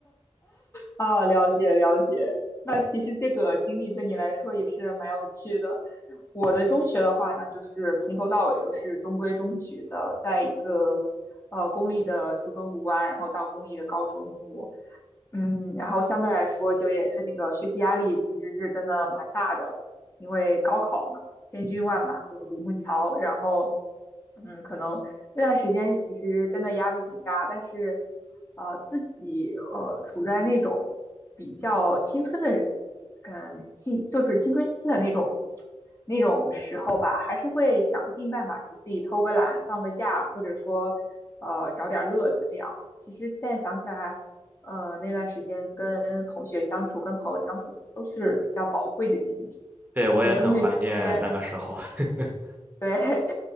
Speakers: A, on the left (about 25°); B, on the right (about 15°).
A: 啊，了解了解。那其实这个经历对你来说也是蛮有趣的。我的中学的话，那就是从头到尾都是中规中矩的，在一个呃公立的初中读完，然后到公立的高中读，嗯，然后相对来说就业呃那个学习压力其实是真的蛮大的，因为高考嘛，千军万马过独木桥，然后嗯，可能那段时间其实真的压力挺大，但是，呃，自己呃处在那种比较青春的，嗯、青就是青春期的那种那种时候吧，还是会想尽办法给自己偷个懒、放个假，或者说呃找点乐子这样。其实现在想起来，呃，那段时间跟同学相处、跟朋友相处都是比较宝贵的经历。
B: 对，我也很怀念那个时候。
A: 你中学期间，
B: <laughs>
A: 对，<laughs>